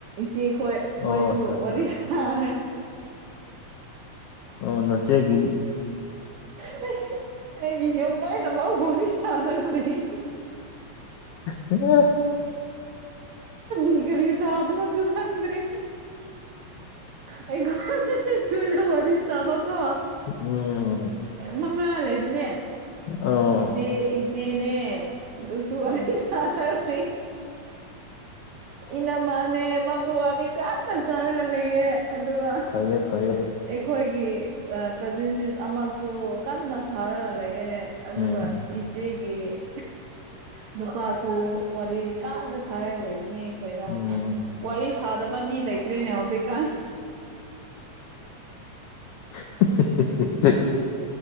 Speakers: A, on the right (about 75°); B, on the left (about 80°).
A: ꯏꯆꯦꯈꯣꯏ
B: ꯑꯣ
A: ꯃꯣꯏꯁꯨ
B: ꯑꯆꯥ
A: ꯑꯣꯔꯤꯁꯥ
B: ꯑꯆꯥ ꯑ ꯅꯆꯦꯒꯤ
A: ꯑꯦ ꯑꯩꯒꯤ ꯌꯨꯝ ꯂꯥꯏꯅ ꯃꯥ ꯍꯁꯤ ꯁꯥꯥꯟꯔꯒ ꯂꯩ
B: ꯑ
A: ꯂꯤꯒꯔꯤ ꯁꯥꯕꯅꯁꯨ ꯈꯥꯟꯗ꯭ꯔꯦ ꯑꯩꯒꯣ ꯆꯣꯏꯗ ꯋꯥꯔꯤꯔꯤꯁ ꯆꯕ ꯀꯣ
B: ꯎꯝ
A: ꯃꯉꯥ ꯂꯩꯕꯅꯦ
B: ꯑꯣ
A: ꯏꯆꯦ ꯏꯆꯦꯅꯦ ꯑꯗꯨꯁꯨ ꯋꯥꯔꯤ ꯁꯥꯦ ꯏꯅꯃꯅꯦ ꯃꯥꯁꯨ ꯋꯥꯕꯤ ꯀꯥꯟꯟꯅ ꯆꯥꯔꯒ ꯂꯩꯌꯦ ꯑꯗꯨꯒ
B: ꯐꯩꯌꯦ ꯐꯩꯌꯦ
A: ꯑꯩꯈꯣꯏꯒꯤ ꯀꯖꯤꯟꯁꯤ ꯑꯃꯁꯨ ꯀꯟꯅ ꯁꯥꯔꯒ ꯂꯩꯑꯦ ꯑꯗꯨꯉ
B: ꯎꯝ
A: ꯏꯆꯦꯒꯤ ꯅꯨꯄꯥꯁꯨ ꯋꯥꯔꯤ ꯀꯥꯟꯅ ꯁꯥꯔꯒ ꯂꯩꯕꯅꯤ ꯑꯩꯈꯣꯏꯗ
B: ꯎꯝ
A: ꯋꯥꯔꯤ ꯁꯥꯗꯕ ꯃꯤ ꯂꯩꯇ꯭ꯔꯤꯅꯦ ꯩꯀꯥꯜ
B: <unintelligible>